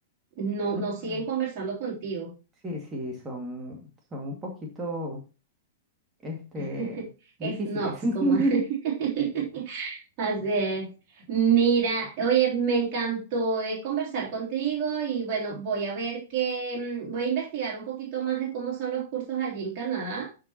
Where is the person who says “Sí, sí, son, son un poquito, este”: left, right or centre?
Right